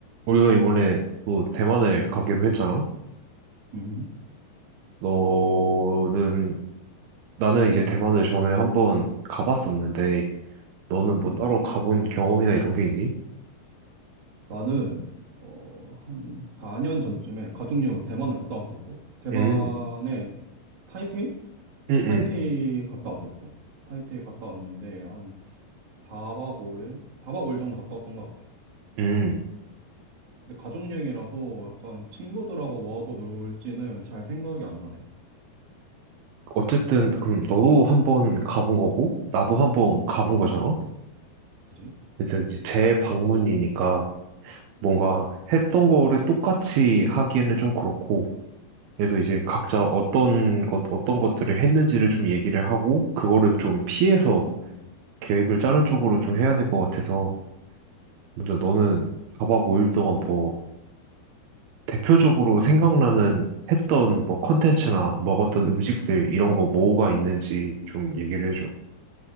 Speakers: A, on the right; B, on the right.
A: 우리가 이번에 또 대만을 가기로 했잖아?
B: 음,
A: 너는, 나는 이제 대만을 전에 한번 가봤었는데, 너는 뭐
B: 음.
A: 따로 가본 경험이나 이런 게 있니?
B: 나는 어, 한 4년 전쯤에 가족여행으로 대만을 갔다 왔었어. 대만에
A: 음,
B: 타이페이?
A: 음,
B: 타이페이
A: 음,
B: 갔다 왔었어. 타이페이 갔다 왔는데 한 4박 5일? 4박 5일 정도 갔다 왔던 것 같아.
A: 음.
B: 근데 가족여행이라서 약간 친구들하고 뭐하고 놀지는 잘 생각이 안 나네.
A: 어쨌든, 그럼 너도 한번 가본 거고, 나도 한번 가본
B: 음,
A: 거잖아?
B: 그지?
A: 그래서 이제 재방문이니까 뭔가 했던 거를 똑같이 하기에는 좀 그렇고, 그래서
B: 음,
A: 이제 각자 어떤 것, 어떤 것들을 했는지를 좀 얘기를 하고, 그거를 좀 피해서
B: 음,
A: 계획을 짜는 쪽으로 좀 해야 될 것 같아서 먼저 너는
B: 오케이.
A: 사박 5일 동안 뭐 대표적으로 생각나는 했던 뭐 컨텐츠나 먹었던 음식들 이런 거 뭐가 있는지 좀 얘기를 해줘.